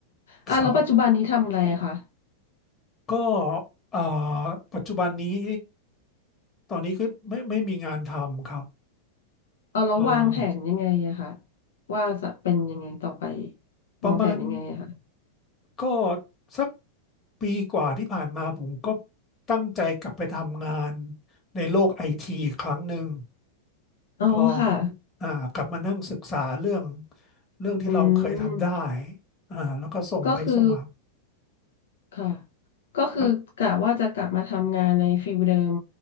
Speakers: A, on the left; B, on the left.
A: อ่ะแล้วปัจจุบันนี้ทำอะไรอะคะ
B: ครับก็เอ่อปัจจุบันนี้ตอนนี้คือไม่ไม่มีงานทำครับ
A: เอาแล้ววางแผนยังไงอะคะ
B: เออ
A: ว่าจะเป็นยังไงต่อไป
B: ประมาณ
A: วางแผนยังไงอะคะ
B: ก็สักปีกว่าที่ผ่านมาผมก็ตั้งใจกลับไปทำงานในโลกไอทีกครั้งหนึ่ง
A: อ๋อค่ะ
B: ก็อ่ากลับมานั่งศึกษาเรื่องเรื่องที่เราเคยทำได้
A: อืม
B: อ่าแล้วก็ส่งใบสมัคร
A: ก็คือค่ะก็คือกะว่าจะกลับมาทำงานในฟิลเดิม
B: ฮะ